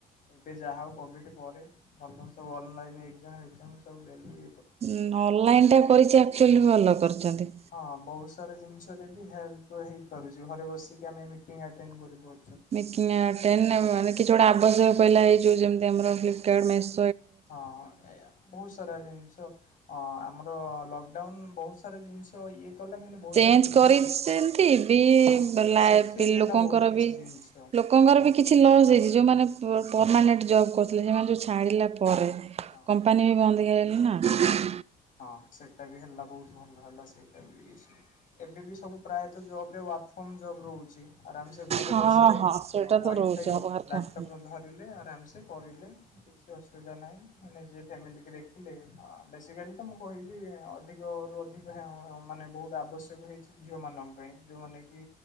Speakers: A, on the left (about 50°); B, on the right (about 40°).
A: ଏବେ ଯାହା ହଉ କୋଭିଡ଼ ପରେ ଭଲ ସବୁ ଅନଲାଇନ୍ ଏଗ୍ଜାମ ଫେକ୍ଜାମ ସବୁ ଦେଲି।
B: ହିଁ ଅନଲାଇନ ଟା କରିଛି ଆକ୍ଚୁଆଲି ଭଲ କରଚନ୍ତି।
A: ହଁ ବହୁତ ସାରା ଜିନଷରେ ବି ହେଲ୍ପ ହେଇପାରୁଚି ଘରେ ବସିକି ଆମେ ମିଟିଂ ଆଟେଣ୍ଡ କରି ପା
B: ମିଟିଙ୍ଗ ଆଟେଣ୍ଡ ଆଉ ମାନେ କିଛି ଗୋଟେ ଆବଶ୍ୟକ ପଇଲା
A: ହଁ।
B: ହେଇ ଯୋଉ ଯେମତି ଆମର ଫ୍ଲିପକାର୍ଟ ମେସ୍
A: ହଁ ଏଇଆ ବହୁସ୍ ସାରା ଜିନଷ ଅଁ ଆମର ଲକଡ଼ାଉନ ବହୁତ ସାରା ଜିନଷ ଇଏ କଲା କିନ୍ତୁ ବହୁତ
B: ଚେଞ୍ଜ
A: ସାରା ଜିନିଷ
B: କରିସେନ୍ତି
A: ଶିଖ
B: ବି
A: ହଁ
B: ଲାଇଫ
A: ଶିଖେଇ
B: କି
A: ଦେଲା
B: ଲୋକଙ୍କର
A: ବହୁତ କିଛି
B: ବି
A: ଜିନିଷ
B: ଲୋକଙ୍କର
A: ବହୁତ
B: ବି କିଛି ଲସ୍ ହେଇଚି ଯୋଉ ମାନେ ପର ପରମାନେଟ ଜବ୍ କରୁଥିଲେ ସେମାନେ ଯୋଉ ଛାଡ଼ିଲା ପରେ
A: ହଁ।
B: କମ୍ପାନୀ ବି ବନ୍ଦ ହେଇଗଲେ ନା? <inaudible>
A: ହଁ ସେଟା ବି ହେଲା ବହୁତ ଭଲ ହେଲା ସେଟା ବି ସେ ଏବେ ବି ସବୁ ପ୍ରାୟତଃ ଜବରେ ୱାର୍କ ଫ୍ରୋମ ଜବ୍ ରହୁଚି ଆରାମସେ ଘରେ
B: ହଁ
A: ବସିଲେ
B: ହଁ ସେଇଟା
A: ଅଁ ୱାଇଫାଇ
B: ତ ରହୁଛି ଆଉ ବାହାର
A: ଲାଟପ୍
B: କମ୍ପାନୀ
A: ଧର ରିଲେ ଆରାମସେ କରିଲେ କିଛି ଅସୁବିଧା ନାଇଁ ମାନେ ନିଜେ ଫ୍ୟାମିଲିକି ଦେଖିଲେ ଆ ବେସିକାଲି ତ ମୁଁ କହିବି ଅଧିକରୁୁ ଅଧିକ ହେ ଅଁ ମାନେ ବହୁତ ଆବଶ୍ୟକ ହେଇଚି ଝିଅମାନଙ୍କ ପାଇଁ ଯୋଉମାନେ କି